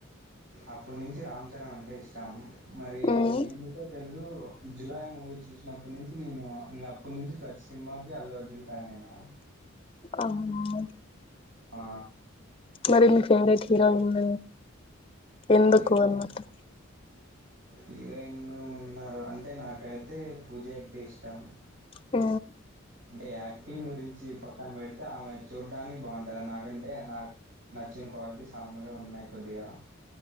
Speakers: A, on the right; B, on the left.
A: అప్పుడు నుంచి రామ్ చరణ్ అంటే ఇష్టం మరి
B: మ్మ్.
A: ఎందుకో తెలిదు దు జులై మూవీ చూసినప్పటి నుంచి నేను అప్పటి నుంచి ప్రతి సినిమాకి అల్లు అర్జున్ ఫ్యాన్ అయినా
B: అవున
A: ఆ
B: మరి మీ ఫేవరెట్ హీరోయిన్ ఎందుకు
A: హీరోయిన్
B: అన్నట్టు
A: హీరోయిన్ ఉన్నారు అంటే నాకైతే పూజహెగ్డే ఇష్టం
B: ఊ
A: అంటే యాక్టింగ్ గురించి పక్కన పెడితే ఆమె చూడ్డానికి బాగుంటుంది నాకంటే నాకు నచ్చిన క్వాలిటీస్ ఆమెలో ఉన్నాయి కొద్దిగా